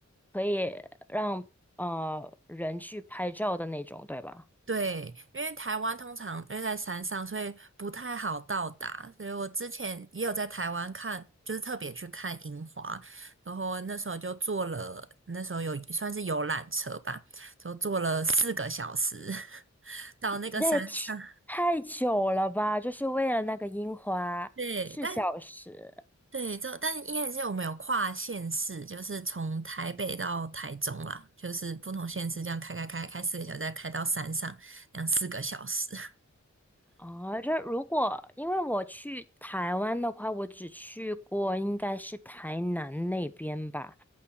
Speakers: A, in the centre; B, on the right (about 45°).
A: 可以让呃人去拍照的那种，对吧？
B: 对，因为台湾通常因为在山上，所以不太好到达。所以我之前也有在台湾看，就是特别去看樱花，然后那时候就坐了，那时候有算是游览车吧，就坐了四个小时 <laughs> 到那个山上。
A: 那也挺太久了吧，就是为了那个樱花，
B: 对，
A: 四小时。
B: 但对，就但应该是我们有跨县市，就是从台北到台中啦，就是不同县市这样开开开开四个小时，再开到山上，两四个小时。
A: 哦，这如果因为我去台湾的话，我只去过应该是台南那边吧。